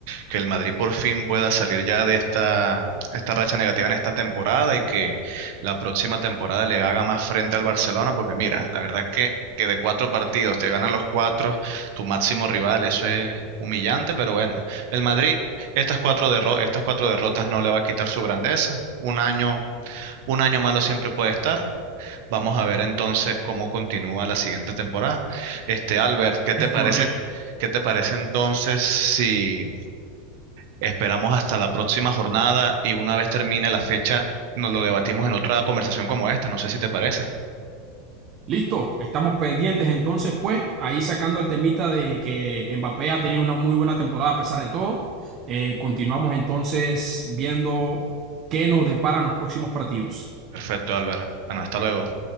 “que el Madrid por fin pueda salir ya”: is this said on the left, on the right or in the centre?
Right